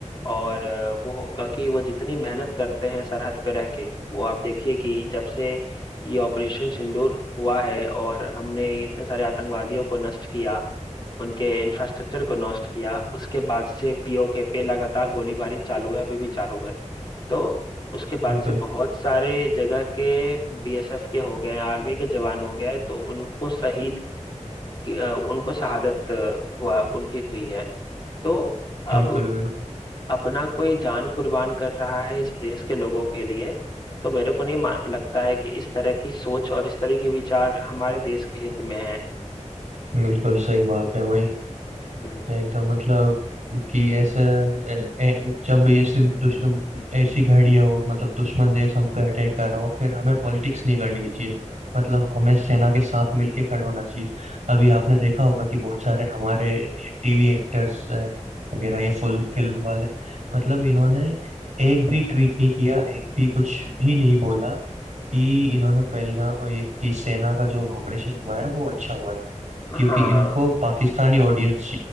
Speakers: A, on the left; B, on the right.
A: और अ, वो क्योंकि वो जितनी मेहनत करते हैं सरहद पे रह के वो आप देखिए कि जब से ये ऑपरेशन सिंदूर हुआ है और हमने इतने सारे आतंकवादियों को नष्ट किया उनके इंफ्रास्ट्रक्चर को नष्ट किया उसके बाद से पीओके पे लगातार गोलीबारी चालू है अभी भी चालू है तो उसके
B: बिल्कुल
A: बाद से बहुत सारे जगह के बीएसएफ के हो गए आर्मी के जवान हो गए तो उनको शहीद कि अ, उनको शहादत अ, हुआ उनकी हुई है तो अब
B: बिल्कुल बिल्कुल
A: अपना कोई जान कुर्बान कर रहा है इस देश के लोगों के लिए तो मेरे को नहीं मान लगता है कि इस तरह की सोच और इस तरह के विचार हमारे देश के हित में है
B: बिल्कुल सही बात है वही
A: हम्म,
B: एकदम मतलब कि ऐसे ए, ए, जब ऐसे दुश ऐसी घड़ी है वो मतलब दुश्मन देश हम पे अटैक कर रहा हो फिर हमें पॉलिटिक्स नहीं करनी चाहिए मतलब हमें सेना के साथ मिलके खड़ा होना चाहिए अभी आपने देखा होगा कि बहुत सारे हमारे टीवी एक्टर्स वगैरह ये फुल फिल्म वाले मतलब इन्होंने एक भी ट्वीट नहीं किया एक भी कुछ भी नहीं बोला कि इन्होंने पहलगाम ये- कि सेना का जो ऑपरेशन हुआ है वो अच्छा हुआ है क्योंकि
A: हाँ
B: इनको पाकिस्तानी ऑडियंस